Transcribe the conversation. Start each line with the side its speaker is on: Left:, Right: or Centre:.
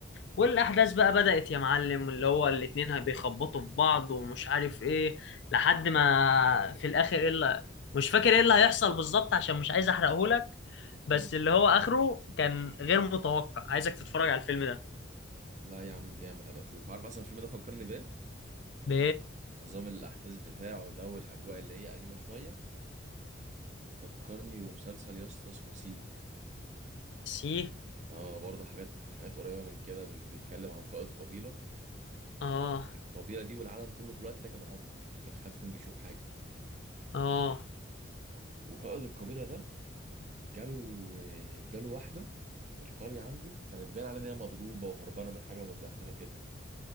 Left: والاحداث بقى بدأت يا معلم اللي هو الاتنين هي- بيخبطوا في بعض ومش عارف ايه لحد ما في الاخر ايه اللي مش فاكر ايه اللي هيحصل بالظبط عشان مش عايز احرقهولك بس
Right: امم
Left: اللي هو اخره كان غير متوقع عايزك تتفرج على الفيلم ده
Right: لا يا عم جامد هبقى اشوف عارف اصلا الفيلم ده فكرني بايه
Left: ب
Right: نظام الاحداث بتاعه ده والاجواء اللي هي قديمه شويه فكرني بمسلسل يا اسطى اسمه سي
Left: سي
Right: اه برضه حاجات حاجات قريبة من كده بي- بيتكلم عن قائد قبيلة
Left: اه
Right: القبيلة دي والعالم كله في الوقت ده كانوا عمي ما كانش حد فيهم بيشوف حاجة
Left: اه
Right: وقائد القبيلة ده جاله جاله واحدة القرية عنده كانت باين عليها ان هي مضروبة وهربانة من حاجة ومتبهدلة كده